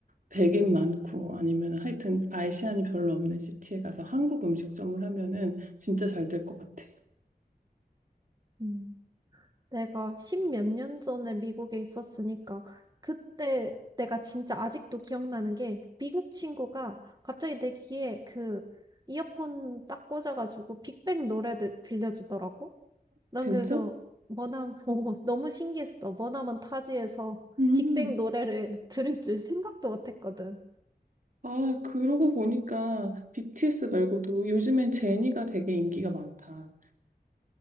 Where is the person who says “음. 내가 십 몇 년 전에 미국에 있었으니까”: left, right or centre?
Right